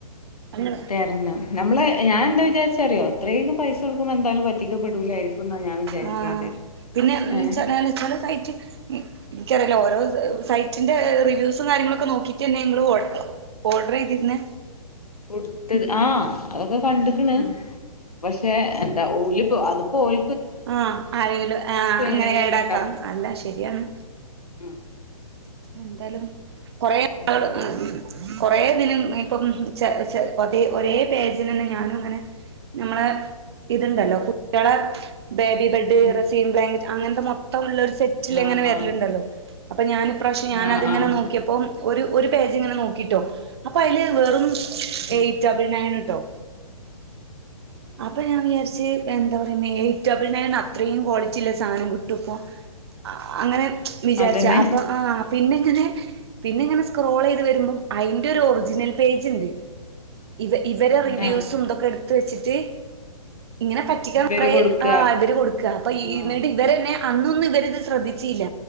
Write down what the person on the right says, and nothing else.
അങ്ങനെ
ആ പിന്നെ <unintelligible>
നിക്കറില ഓരോ സ സൈറ്റിന്റെ റിവ്യൂസും കാര്യങ്ങളൊക്കെ നോക്കീട്ട്ന്നെങ്ങള് ഓർഡർ ചെയ്തിരുന്നെ
ഉം
ആ ആരെങ്കിലും ആ അങ്ങനെ
ഏടാക്കാം
അല്ല ശരിയാണ്
എന്തായാലും കൊറെേ
ആൾ
ഉം കൊറേ ദിനം ഇപ്പം ചെ ചെ ഒതേ ഒരേ പേജിനന്നെ ഞാനും ഇങ്ങനെ നമ്മളെ ഇതുണ്ടല്ലോ കുട്ട്യാളെ ബേബി ബെഡ്
റസീം ബ്ലാക് അങ്ങനത്തെ മൊത്തം ഉള്ളൊരു സെറ്റിൽ
എങ്ങനെ വരലുണ്ടല്ലോ
അപ്പൊ ഞാന് ഇപ്രാവിശ്യം ഞാനത്ങ്ങനെ
നോക്കിയപ്പോ ഒരു ഒരു പേജ്ങ്ങനെ നോക്കിട്ടോ അപ്പൊ അയ്ല് വെറും
ഏറ്റ് ഡബൾ നൈൻ ട്ടൊ
അപ്പൊ ഞാൻ വിചാരിച്ച് എന്ത ന്തറ്യ മ്മേ ഡബിൾണയണ് അത്രയും ക്വാളിറ്റില്ല സാനം കിട്ടാേ പ്പൊ അങ്ങനെ വിചാരിച്ച
അപ്പൊ ആ പിന്നെ ഇങ്ങനെ പിന്നെ ഇങ്ങനെ സ്ക്രോളെയ്ത് വരുമ്പം അയ്ന്റൊരു ഒറിജിനൽ പേജ്ണ്ട് ഇവ ഇവരെ റിവ്യൂസും
തൊക്കെട് ത്ത് വെച്ചിട്ട് ഇങ്ങനെ പറ്റിക്ക
കൊറേ
ആ ഇവര് കൊട്ക്ക അപ്പൊ ഇ
നീട്ടവരന്നെ അന്നൊന്നും ഇവരിത് ശ്രദ്ധിച്ചീല്ല